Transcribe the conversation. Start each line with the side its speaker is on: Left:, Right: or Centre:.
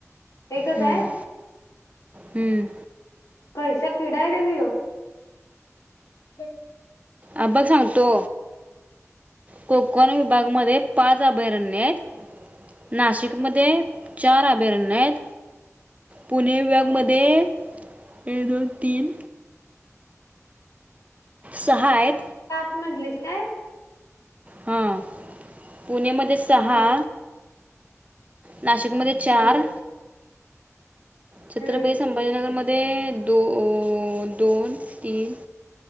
Left: एकच
Right: हम्म,
Left: आहे?
Right: हम्म.
Left: <inaudible> <unintelligible>
Right: अ बघ सांगतो. कोकण विभाग मध्ये पाच अभयारणण्यात नाशिक मध्ये चार अभयारण्य आहेत पुणे वगमध्ये एक दोन तीन सहाय
Left: म्हंटलीस काय
Right: हम पुण्यामध्ये सहा
Left: हम्म
Right: नाशिकमध्ये चार
Left: हम्म
Right: छित्रपती
Left: हम्म.
Right: संभाजीनगर म ते दो दोन तीन